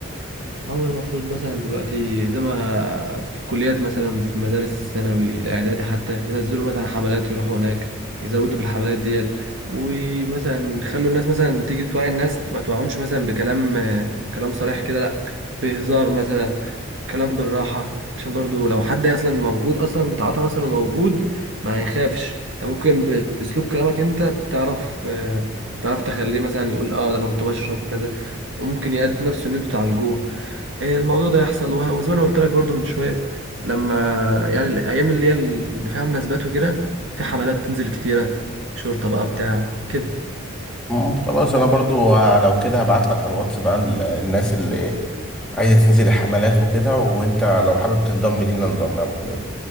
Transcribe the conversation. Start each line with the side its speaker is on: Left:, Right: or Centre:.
Right: ما هو المفروض مثلا دلوقتي زي ما في الكليات مثلا في مدارس الثانوي الإعدادي حتى ينزلوا مثلا حملات يروحوا هناك يزودوا في الحملات ديت ومثلا يخلوا الناس مثلا تيجي توعي الناس ما توعهمش مثلا بكلام آه، كلام صريح كده لا بهزار مثلا كلام بالراحة عشان برضو لو حد أصلا موجود أصلا بتعاطى مثلا وموجود ما يخافش أنت ممكن بأسلوب كلامك أنت تعرف آه، تعرف تخليه مثلا يقول اه ده أنا كنت بشرب وكذا وممكن يأدي نفسه إن أنتوا تعالجوه الموضوع ده يحصل وه- وزي ما انا قلت لك برضو من شويه لما يعني الايام اللي هي اللي فيها مناسبات وكده في حملات تنزل كتيره شرطه بقى بتاع كده
Centre: مم، خلاص انا برضو ه- لو كده هبعت لك على الواتس بقى ال- الناس اللي عايزه تنزل الحملات وكده وانت لو حابب تنضم لينا انضم يا ابو حميد